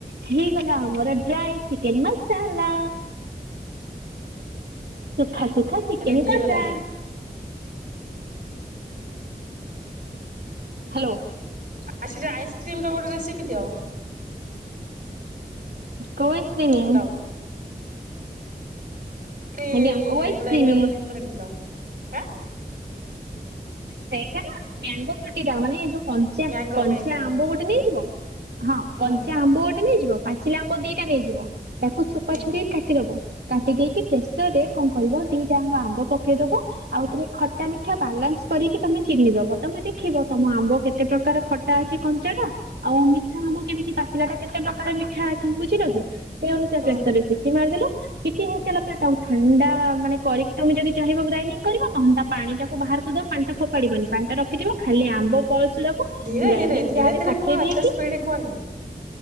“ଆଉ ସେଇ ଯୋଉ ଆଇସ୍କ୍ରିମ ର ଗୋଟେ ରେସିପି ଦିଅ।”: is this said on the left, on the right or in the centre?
Right